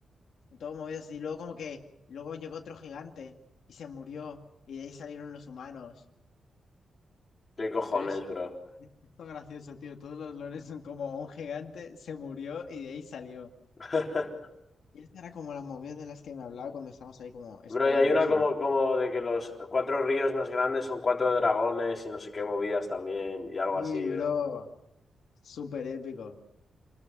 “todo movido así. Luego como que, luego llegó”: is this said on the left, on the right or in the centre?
Left